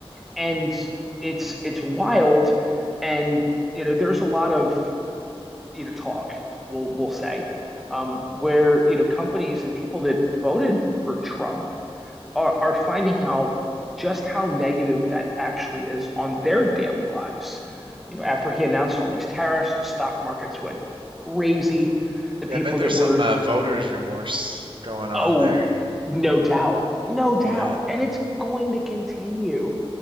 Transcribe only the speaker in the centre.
and
it's it's wild and you know there's a lot of you know talk we'll we'll say um where you know companies and people that voted for Trump are are finding out just how negative that actually is on their daily lives.
You know, after he announced all these tariffs, the stock markets went crazy. The
people
that
were,
oh,
no doubt, no doubt.
And it's going to continue.